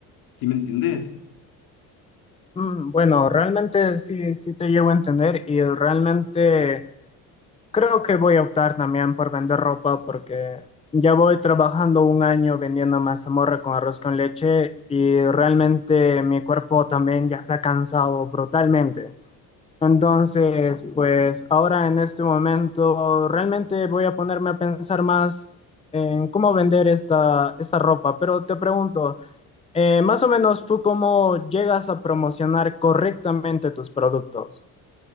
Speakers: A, on the left; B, on the left.
A: ¿Sí me entendés?
B: Mm, bueno, realmente sí, sí te llevo a entender y realmente creo que voy a optar también por vender ropa porque ya voy trabajando un año vendiendo mazamorra con arroz con leche y realmente mi cuerpo también ya se ha cansado brutalmente. Entonces, pues ahora en este momento realmente voy a ponerme a pensar más en cómo vender esta, esta ropa, pero te pregunto, eh, más o menos tú cómo llegas a promocionar correctamente tus productos.